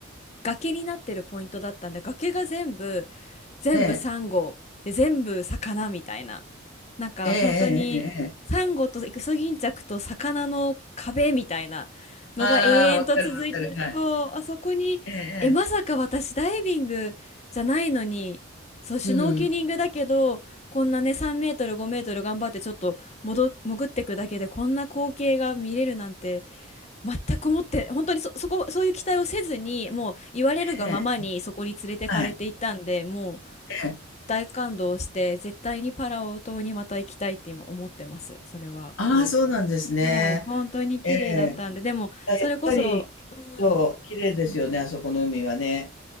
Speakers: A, on the left (about 35°); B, on the left (about 75°).
A: 崖になってるポイントだったんで崖が全部全部サンゴで全部魚みたいな
B: えええ
A: なんか本当にサンゴとイクソギンチャクと魚の壁みたいなのが永遠と続いてるそうあそこにえまさか私ダイビングじゃないのにそうシュノーケリングだけどこんなね3メートル5メートル頑張ってちょっと戻潜ってくだけでこんな光景が見れるなんて
B: えええええええええああ、わかるわかる。はい。ええええうん。
A: 全く思って、本当にそ、そこ、そういう期待をせずに、もう言われるがままにそこに連れてかれていったんで、
B: ええはい。
A: もう
B: ええ
A: 大感動して、絶対にパラオ島にまた行きたいって今思ってます、それは。
B: ああ、そうなんですね。
A: はい、本当に綺麗だったんで、
B: ええ
A: でも、
B: あやっぱり、
A: それこそ、うん、
B: そう、綺麗ですよね、あそこの海はね。